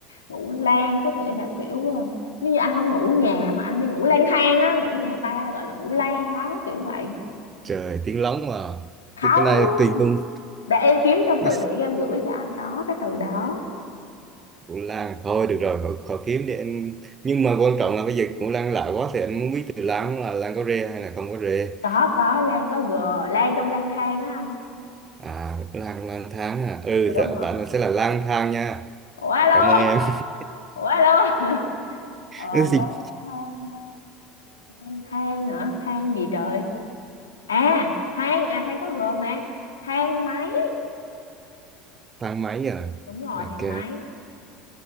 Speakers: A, on the left (about 80°); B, on the right (about 30°).
A: ngũ lang tức nghĩa là kiểu ờ, như, như anh không ngủ nhà mà anh đi ngủ lang thang á ngủ nhà ta là gọi là ngủ lang đó kiểu vậy
B: trời tiếng lóng mà
A: không
B: cái cái này tùy hung
A: để em kiếm trong
B: Cái
A: từ
B: s-
A: điển em gửi cho anh có cái từ đó
B: ngủ lang thôi được rồi khỏi, khỏi kiếm đi em nhưng mà quan trọng là bây giờ ngủ lang lạ quá thì anh muốn biết từ lang là lang có rê hay là không có rê
A: có có lang có g lang trong lang thang á anh
B: à lang lang thang à ừ
A: Dạ, đúng
B: dạ,
A: rồi
B: bạn sẽ là lang thang nha
A: ủa alo
B: cảm ơn em <laughs>
A: ủa alo <laughs> ờ
B: Ừ, gì?
A: lang thang than hả than gì trời à than à than có g mà thang máy
B: thang máy à
A: đúng rồi
B: ok
A: thang máy